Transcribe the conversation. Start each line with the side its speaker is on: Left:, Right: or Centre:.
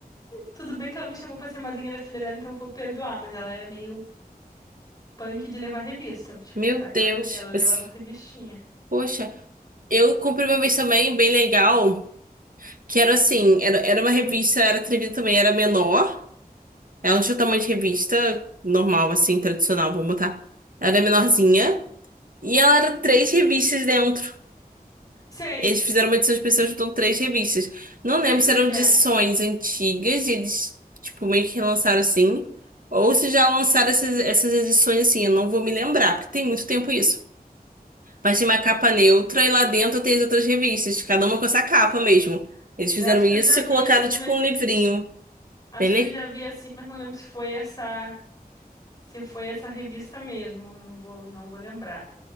Left: Tudo bem que ela me chamou pra ser madrinha da filha dela, então eu vou perdoar, mas ela era meio punk de levar revista. Vou te contar
Right: Meu
Left: que
Right: Deus.
Left: ela, ela
Right: tipo
Left: levava
Right: Assim,
Left: as revistinhas.
Right: Poxa, eu comprei uma vez também, bem legal, que era assim, era, era uma revista, era atrevida também, era menor. Ela não tinha o tamanho de revista normal, assim, tradicional, vamos botar. Ela era menorzinha. E ela era três revistas dentro.
Left: Sei.
Right: Eles fizeram uma edição especial juntando três revistas. Não
Left: Sei
Right: lembro
Left: como
Right: se eram
Left: é que
Right: edições
Left: é.
Right: antigas, e eles, tipo, meio que relançaram assim. Ou se já lançaram essas, essas edições assim, eu não vou me lembrar, porque tem muito tempo isso. Mas tem uma capa neutra e lá dentro tem as outras revistas, cada uma com essa capa mesmo. Eles fizeram
Left: Eu acho que
Right: isso
Left: eu já vi
Right: e colocaram,
Left: assim,
Right: tipo,
Left: mas
Right: um livrinho.
Left: acho
Right: Bem
Left: que
Right: le-
Left: eu já vi assim, mas não lembro se foi essa, se foi essa revista mesmo. Não vou, não vou lembrar.